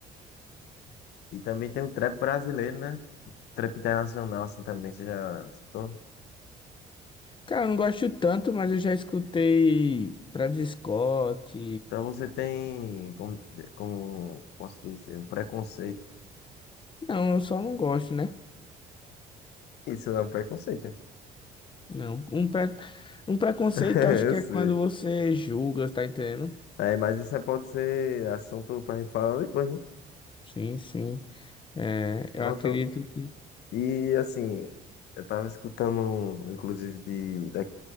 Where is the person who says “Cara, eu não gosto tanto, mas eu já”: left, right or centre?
Left